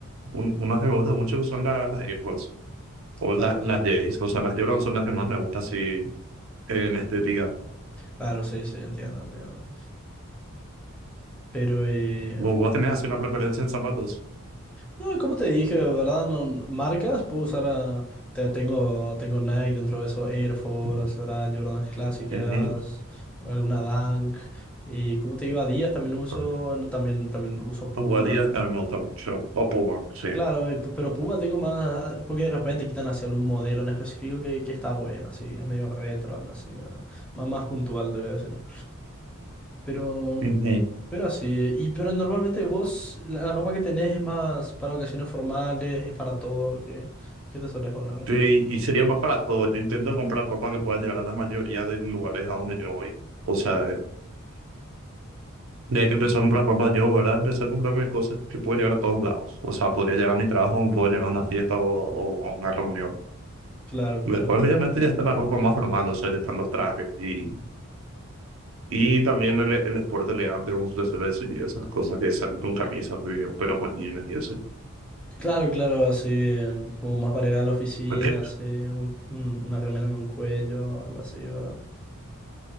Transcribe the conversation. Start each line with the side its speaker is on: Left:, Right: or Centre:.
Right: un- unas que me gustan mucho son la- las Air Force, o
Centre: claro,
Right: la- las
Centre: sí.
Right: Jays, o sea, las Jordan son las que más me gustan así en estética.
Centre: Claro, sí, sí, entiendo, entiendo. Pero, eh,
Right: Vos, vos tenés así una preferencia en zapatos.
Centre: no, como te dije, ¿verdad? No, no- marcas, puedo usar, ah, te- tengo, tengo Nike dentro de eso, Air Force,
Right: Mm.
Centre: ¿verdad? Jordan clásicas,
Right: Mm,
Centre: alguna Dunk. Y como te digo, Adidas también uso,
Right: mm.
Centre: no, también, también uso Puma.
Right: Jugaría en el mucho. O Puma, sí.
Centre: Claro, y p- pero Puma tengo más, ah, porque de repente quitan hacia algún modelo en específico que, que está bueno, así, es medio retro, algo así, ¿verdad? Más, más puntual, te voy a decir, ¿no? Pero,
Right: Mm,
Centre: pero así, y pero normalmente vos, la, la ropa que tenés es más para ocasiones formales, es para todo, que qué te sueles poner?
Right: Sí, Y, sería más para todo. Yo intento comprar ropa que pueda llegar a la mayoría de lugares a donde yo voy. O sea,
Centre: Claro,
Right: eh, desde que empecé a comprar ropa yo, ¿verdad? Empecé a comprarme cosas que puedo llegar a todos lados. O sea, podría llegar a mi trabajo, puedo llegar a una fiesta o, o a una reunión.
Centre: claro, claro,
Right: Después,
Centre: entiendo.
Right: obviamente, ya está la ropa más formal, o sea, ya están los trajes y Y también el, el deporte elegante como su tesoro de su esas cosas que salen con camisas, pero pero con jeans y eso.
Centre: Claro, claro, así, em, como más para ir a la oficina,
Right: Porque,
Centre: así, un- un- una remera con cuello, algo así, ¿verdad?